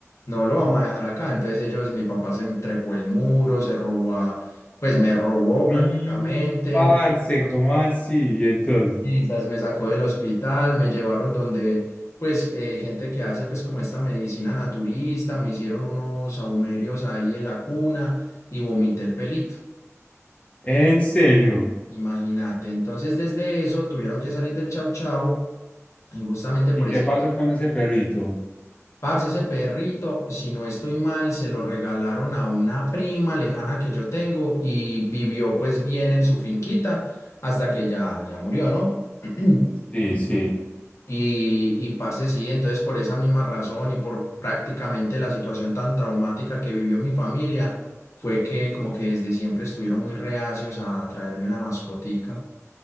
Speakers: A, on the left (about 70°); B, on the left (about 25°).
A: no lo vamos a dejar acá. Entonces ellos, mi papá se trepó el muro, se robó, a- pues me robó
B: Uy,
A: prácticamente,
B: parce,
A: me sacó del
B: ¿cómo así? Y entonces.
A: hospital, me sacó del hospital, me llevaron donde pues eh, gente que hace pues como esta medicina naturista, me hicieron unos saumerios ahí en la cuna y vomité el pelito.
B: En serio.
A: Imagínate, entonces desde eso tuvieron que salir del Chau Chau y justamente por
B: ¿Y qué
A: ese,
B: pasó con ese perrito?
A: parce, ese perrito, si no estoy mal, se lo regalaron a una prima lejana que yo tengo y vivió pues bien en su finquita hasta que ya, ya murió, ¿no? <clears throat>
B: Sí, sí.
A: Y, y parce, sí, entonces por esa misma razón y por prácticamente la situación tan traumática que vivió mi familia, fue que como que desde siempre estuvieron muy reacios a traerme una mascotica.